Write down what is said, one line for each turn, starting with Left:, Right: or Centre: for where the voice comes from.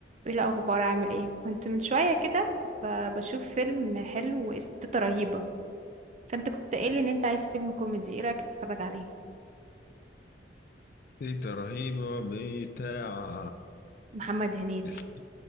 Right: ايه الاخبار عامل ايه كنت من شويه كده ب- بشوف فيلم حلو واسمه تيتا رهيبه فانت كنت قايل ان انت عايز فيلم كوميدي ايه رايك تتفرج عليه
Left: تيتا رهيبة بتاع
Right: محمد هنيدي
Left: اسمه